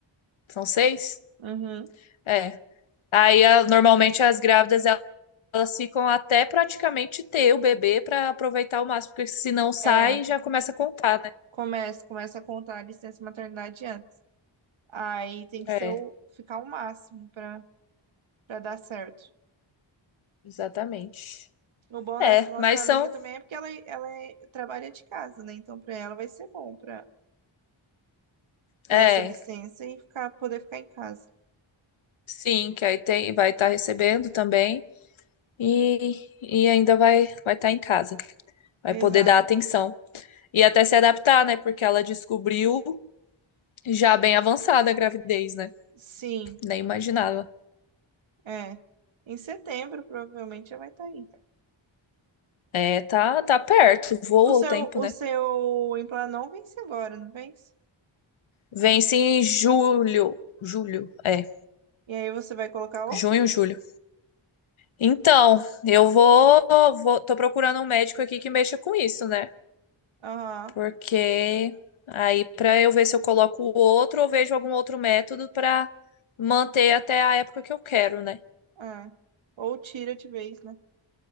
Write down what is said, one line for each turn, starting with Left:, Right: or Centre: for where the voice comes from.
Left: São seis?
Right: Uhum.
Left: É. Aí, a- normalmente as grávidas, elas elas ficam até praticamente ter o bebê para aproveitar o máximo, porque se não sai,
Right: É,
Left: já começa a contar, né?
Right: começa, começa a contar a licença maternidade antes. Aí tem que
Left: É,
Right: ser o, ficar o máximo para para dar certo.
Left: exatamente.
Right: O bom
Left: É,
Right: dessa nossa
Left: mas
Right: amiga
Left: são.
Right: também é porque ela, ela é- trabalha de casa, né? Então, pra ela vai ser bom pra ter
Left: É.
Right: essa licença e ficar, poder ficar em casa.
Left: Sim, que aí tem, vai estar recebendo também e, e ainda vai vai estar em casa, vai
Right: Exatamente.
Left: poder dar atenção e até se adaptar, né? Porque ela descobriu já bem avançada a gravidez, né?
Right: Sim,
Left: Nem imaginava.
Right: é. Em setembro, provavelmente, ela vai estar aí.
Left: É, tá, tá perto, voa
Right: O seu,
Left: o tempo,
Right: o
Left: né?
Right: seu implante não vence agora, não vence?
Left: Vence em julho, julho, é,
Right: E aí você vai colocar outro?
Left: junho, julho. Então, eu vou, vou, tô procurando um médico aqui que mexa com isso, né?
Right: Aham,
Left: Porque aí para eu ver se eu coloco o outro ou vejo algum outro método para manter até a época que eu quero, né?
Right: é. Ou tira de vez, né?